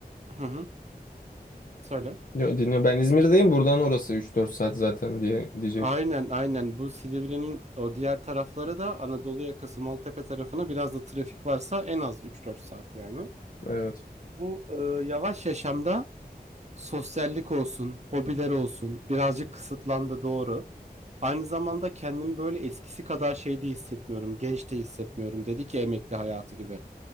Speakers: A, on the right; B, on the left.
A: hı hı, söyle.
B: Yo, dinliyorum. Ben İzmir'deyim. Buradan orası üç dört saat zaten diye diyecektim.
A: Aynen aynen bu Silivri'nin o diğer tarafları da Anadolu yakası Maltepe tarafına biraz da trafik varsa en az üç dört saat yani.
B: Evet.
A: Bu e, yavaş yaşamda sosyallik olsun, hobiler olsun birazcık kısıtlandı doğru. Aynı zamanda kendimi böyle eskisi kadar şeyde hissetmiyorum, genç de hissetmiyorum. Dedi ki emekli hayatı gibi.